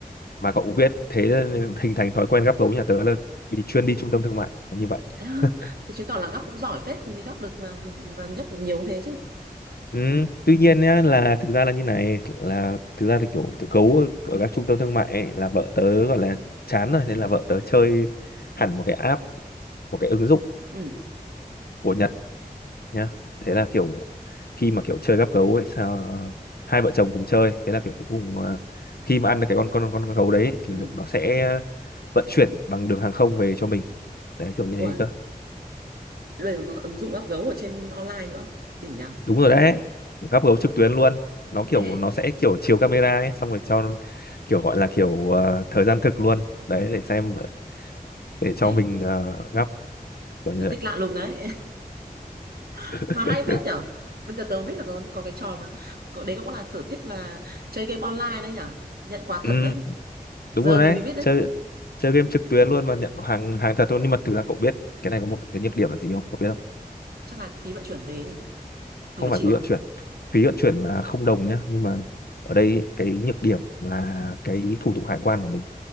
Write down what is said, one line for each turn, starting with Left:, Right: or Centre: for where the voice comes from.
Left: mà cậu cũng biết thế nên hình thành thói quen gắp gấu nhà tớ là vì chuyên đi trung tâm thương mại là như vậy
Right: <laughs>
Left: <laughs>
Right: thì chứng tỏ là gấp cũng giỏi phết thì mới gấp được và và nhất được nhiều như thế chứ
Left: Ừ, tuy nhiên nhá là thực ra là như này là thực ra thì kiểu tụi gấu ở, ở các trung tâm thương mại ấy, là vợ tớ gọi là chán rồi nên là vợ tớ chơi hẳn một cái app một cái ứng dụng
Right: ừ
Left: của Nhật nhá thế là kiểu khi mà kiểu chơi gắp gấu ấy sao ờ, hai vợ chồng cùng chơi thế là kiểu cuối cùng à, khi mà ăn được cái con con con gấu đấy ấy, thì
Right: ừ
Left: nó sẽ vận chuyển bằng đường hàng không về cho mình đấy kiểu như
Right: ủa
Left: thế cơ
Right: thế bây giờ có ứng dụng gấp gấu ở trên online nữa đỉnh nhỉ
Left: đúng rồi đấy gắp gấu trực tuyến luôn nó kiểu
Right: thế <laughs>
Left: nó sẽ kiểu chiếu camera ấy xong rồi cho kiểu gọi là kiểu ờ, thời gian thực luôn đấy để xem để cho
Right: này
Left: mình uh, gắp kiểu như
Right: sở thích
Left: vậy
Right: lạ lùng đấy <laughs> mà
Left: <laughs>
Right: hay phết nhở bây giờ tớ mới biết là có có cái trò mà có, đấy cũng là sở thích là chơi game online đấy nhở nhận quà
Left: ừ,
Right: thật đấy
Left: đúng
Right: giờ
Left: rồi đấy
Right: mình mới biết đấy
Left: chơi chơi game trực tuyến luôn và nhận hàng hàng thật luôn nhưng mà thực ra cậu biết cái này có một cái nhược điểm là gì không cậu biết không
Right: chắc là phí vận chuyển về thì mình
Left: không
Right: phải
Left: phải
Right: chịu
Left: phí
Right: không
Left: vận chuyển phí vận chuyển là không đồng nhá nhưng mà ở đây cái nhược điểm là cái thủ tục hải quan của mình